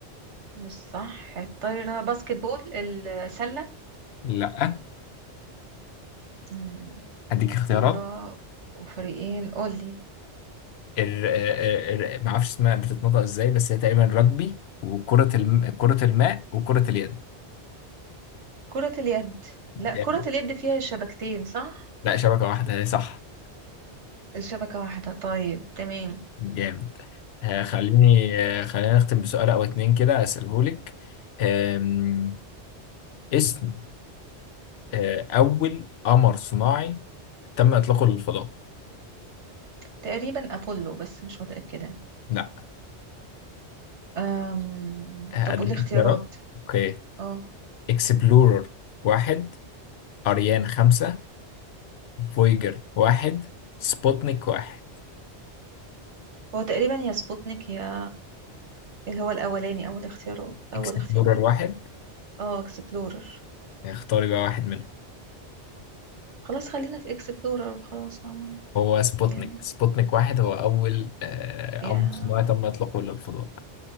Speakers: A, on the right; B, on the left.
A: مش صح الطايرة باسكت بول السلة
B: لا
A: مم.
B: أديك اختيارات
A: كورة وفريقين قولي
B: ال... ال... ال- ما اعرفش اسمها بتتنطق ازاي بس هي تقريبا رجبي وكرة الم... كرة الماء وكرة اليد
A: كرة اليد لا
B: جامد
A: كرة اليد فيها شبكتين صح
B: لا شبكة واحدة هي صح
A: الشبكة واحدة طيب تمام
B: جامد آه، خليني آه، خلينا نختم بسؤال او اتنين كده اسألهولك آم، اسم آه، اول قمر صناعي تم اطلاقه للفضاء
A: تقريبا أبولو بس مش متأكدة
B: لا
A: أم...
B: هديك
A: طب قولي اختيارات
B: اختيارات اوكي
A: اه
B: اكسبلورر واحد اريان خمسة فويجر واحد سبوتنيك واحد
A: هو تقريبا يا سبوتنيك يا اللي هو الأولاني أول اختيار أول
B: اكسبلورر
A: اختيار
B: واحد
A: اه اكسبلورر
B: اختاري بقى واحد منهم
A: خلاص خلينا في اكسبلورر وخلاص فاهمة
B: هو سبوتنيك
A: يعني
B: سبوتنيك واحد هو أول آه،
A: يا
B: قمر صناعي تم إطلاقه للفضاء